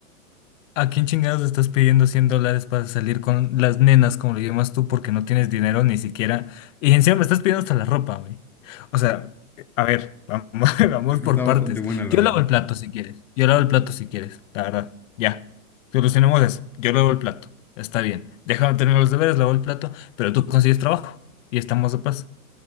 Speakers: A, on the left; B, in the centre.
A: ¿A quién chingados estás pidiendo 100 dólares para salir con las nenas, como lo llamas tú, porque no tienes dinero ni siquiera? Y encima me estás pidiendo hasta la ropa, güey. O sea, a ver, vamos, <laughs> vamos
B: Es que
A: por
B: está bastante
A: partes.
B: buena, la
A: Yo
B: verdad.
A: lavo el plato si quieres. Yo lavo el plato si quieres, la verdad. Ya. Solucionemos eso. Yo lavo el plato. Está bien. Déjame terminar los deberes, lavo el plato, pero tú consigues trabajo y estamos de paz.